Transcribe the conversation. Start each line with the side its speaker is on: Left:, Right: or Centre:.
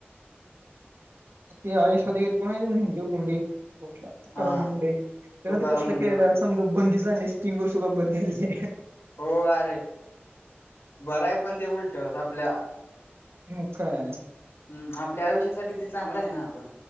Right: अ आषद कोण आहे मुं मुंडी ठला
Left: हा
Right: करा
Left: हा
Right: मुंडेई त्यानंतर
Left: तुकाराम
Right: कसला
Left: मुंडे
Right: केला
Left: हो
Right: समजा बंदी झाली स्टिंग वर सुद्धा बंदी आली
Left: हो अरे बरय पण ते उलट आपल्या
Right: मग काय
Left: हम् आपल्या आयुष्यासाठी ते चांगलं आहे ना आपण